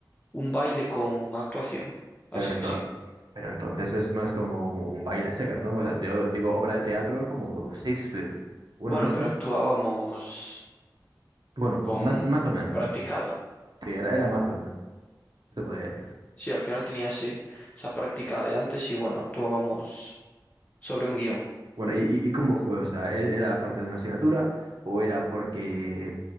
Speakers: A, on the left; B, on the right.
A: un baile con actuación,
B: pero
A: así
B: ento-
A: que sí.
B: Pero entonces es más como un, un baile a secas, ¿no? O sea, yo digo obra de teatro como Shakespeare. Bueno,
A: Bueno,
B: no sé.
A: pero actuábamos
B: Bueno,
A: con
B: más, más o menos,
A: practicado.
B: ¿no? Sí, era, era más o menos, se podría decir.
A: Sí, al final tenía ese- esa práctica de antes y bueno, actuábamos sobre un guión.
B: Bueno, ¿y, y y cómo fue? O sea, ¿e- ¿era parte de una asignatura o era porque